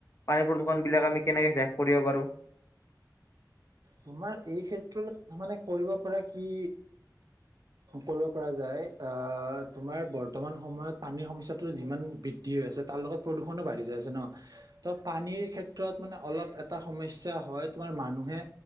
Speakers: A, on the left; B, on the right.
A: পানী প্ৰদূষণ বিলাক আমি কেনেকে ব্যস কৰিব পাৰোঁ।
B: তোমাৰ এই ক্ষেত্ৰত মানে কৰিব পৰা কি কৰিব পৰা যায়। আহ তোমাৰ বৰ্তমান সময়ত পানীৰ সমস্যাটো যিমান বৃদ্ধি হৈ আছে তাৰ লগত। প্ৰদূষণো বাঢ়ি যায় আছে ন। ত' পানীৰ ক্ষেত্ৰত মানে অলপ এটা সমস্যা হয়, তোমাৰ মানুহে